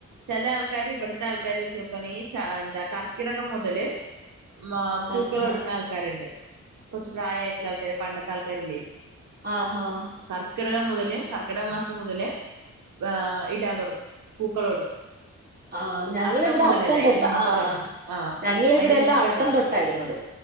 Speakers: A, on the right; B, on the right.
A: ചെല ആൾക്കാര് ഇവിടത്തെ ആൾക്കാരെ വച്ച് നോക്കുവാണെങ്കി ച എന്താ കർക്കിടകം മുതല് മാം പൂക്കളം
B: ആഹ് ആഹ്
A: ഇടണ ആൾക്കാരുണ്ട് കൊറച്ച് പ്രായമായിട്ടുള്ള ആൾക്കാര് പണ്ടത്തെ ആൾക്കാരില്ലേ
B: ആഹ് ആഹ്
A: കർക്കിടകം മുതല് കർക്കിട മാസം മുതല് ആഹ് ഇടാൻ തൊടങ്ങും പൂക്കളം ഇടും
B: ആഹ് ഞങ്ങളിവിടെ
A: അത്തം മുതലല്ല അയ്ന്
B: തൊട്ട
A: മുമ്പേ
B: ആഹ്
A: തൊടങ്ങും ആഹ്
B: ഞങ്ങളിവിടെ
A: അയ്ന്
B: എല്ലാം
A: മുമ്പേ
B: അത്തം
A: തൊടങ്ങും
B: തൊട്ടാ ഇടുന്നത്